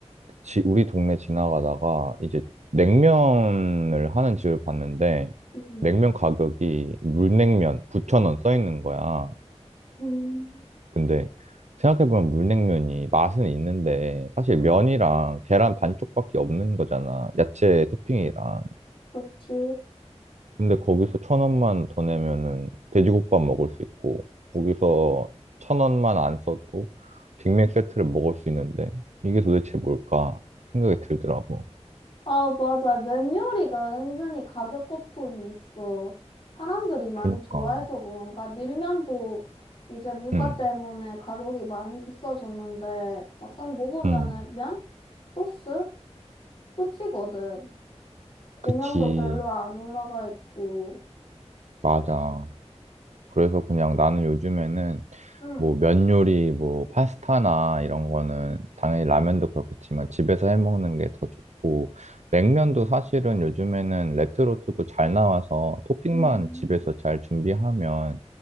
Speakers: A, on the right; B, on the left.
A: 지- 우리 동네 지나가다가 이제 냉면을 하는 집을 봤는데,
B: 응.
A: 냉면 가격이 물냉면 9천원 써 있는 거야.
B: 음,
A: 근데 생각해보면 물냉면이 맛은 있는데, 사실
B: 음,
A: 면이랑 계란 반쪽밖에 없는 거잖아. 야채 토핑이랑.
B: 그치?
A: 근데 거기서 천 원만 더 내면은 돼지국밥 먹을 수 있고, 거기서 천 원만 안 써도 빅맥 세트를 먹을 수 있는데, 이게 도대체 뭘까 생각이 들더라고.
B: 아, 맞아. 면 요리가 은근히 가격 거품이 있어. 사람들이 많이
A: 그니까,
B: 좋아해서 그런가? 밀면도 이제 물가
A: 응,
B: 때문에 가격이 많이 비싸졌는데, 막상 먹으면은
A: 응,
B: 면? 소스? 끝이거든. 고명도
A: 그치,
B: 별로 안 올라가 있고.
A: 맞아. 그래서 그냥 나는 요즘에는
B: 응.
A: 뭐 면 요리, 뭐 파스타나 이런 거는 당연히 라면도 그렇겠지만 집에서 해 먹는 게 더 좋고 냉면도 사실은 요즘에는 레트로트도 잘 나와서 토핑만
B: 음,
A: 집에서 잘 준비하면